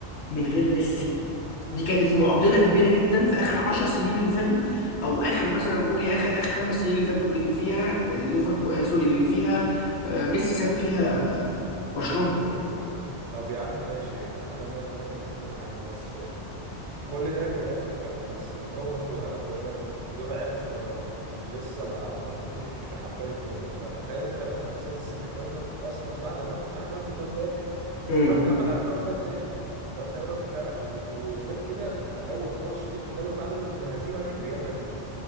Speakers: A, on the left; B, on the right.
A: من غير ميسي دي كانت معضله كبيره جدا في اخر 10 سنين اللي فاتوا او اخر مثلا نقول يا اخر اخر خمس سنين اللي فاتوا اللي فيها آه، ليفربول آه، سوري اللي فيها آه، ميسي ساب فيها برشلونه
B: برشلونه طب يا عم ماشي انا م... انا متفق معاك بس كل ده كلام يحترم بس اللي هو برضو انا بقول لك دول عيال صغيره لسه ما ما شافوش حرفيا الدنيا فتخيل انت مثلا خسرت السيمي فاينال اصلا بعد ما انت عملت كومباك
A: امم
B: وراح اتعمل عليك كومباك تاني فانت ايه رد فعلك و- وغير كده انت اول ماتش ليك في الدوري بعد الهزيمه دي ريال مدريد